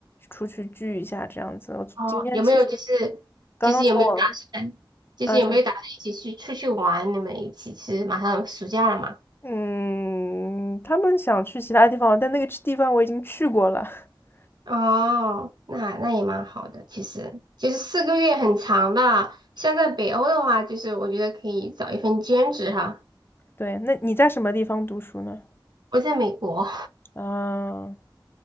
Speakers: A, on the left; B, on the right.
A: 出去聚一下这样子。我今天其实
B: 哦，有没有就是就是有没有打算，
A: 刚刚从我
B: 就是有没有打算一起去出去玩？
A: 呃什么，
B: 你们一起是马上暑假了嘛？
A: 嗯，他们想去其他地方，但那个地方我已经去过了。<laughs>
B: 哦，那那也蛮好的，其实就是四个月很长的。像在北欧的话，就是我觉得可以找一份兼职哈。
A: 对，那你在什么地方读书呢？
B: 我在美国，
A: 嗯